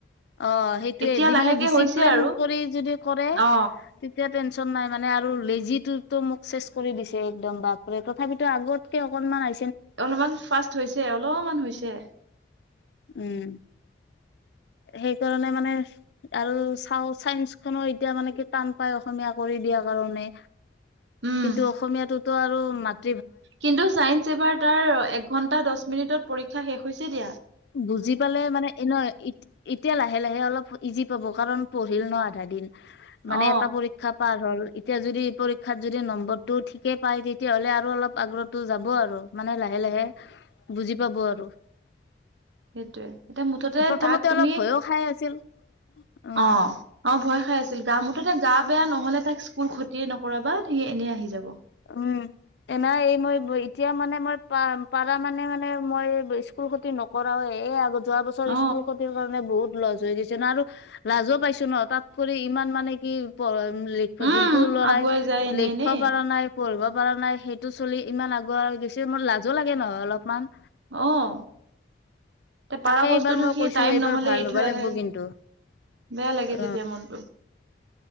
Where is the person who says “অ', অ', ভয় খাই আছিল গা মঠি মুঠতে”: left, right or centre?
Right